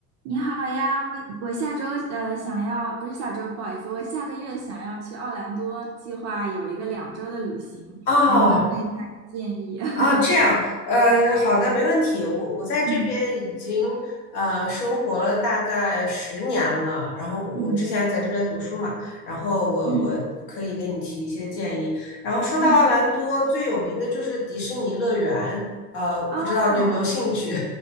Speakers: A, on the right (about 35°); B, on the left (about 50°).
A: 你好呀，我我下周呃想要，不是下周，不好意思，我下个月想要去奥兰多，计划有一个两周的旅行，
B: 哦
A: 能不能问一下建议？<laughs>
B: 哦，这样，呃，好的，没问题。我我在这边已经呃生活了大概十年了，
A: 嗯
B: 然后我之前在这边读书嘛，
A: 嗯
B: 然后我我可以给你提一些建议。
A: 嗯
B: 然后说到奥兰多最有名的就是迪士尼乐园，
A: 嗯，
B: 呃，不知道你有没有兴趣？
A: 哦，